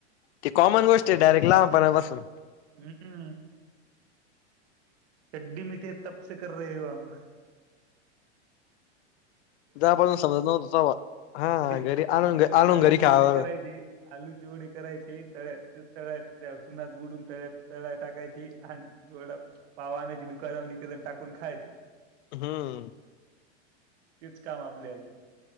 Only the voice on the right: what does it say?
हम्म हड्डी मी तेे तपसे कर र आम
ते-
आलूची
ओडी करायची आलूची ओडी करायची तळ्यातू तळ्यात त्या सुनात बुडून तळ्या तळ टाकायची आणिवड पाव आणायची दुकानावर इद टाकून खायची
तीच काम आपल्याला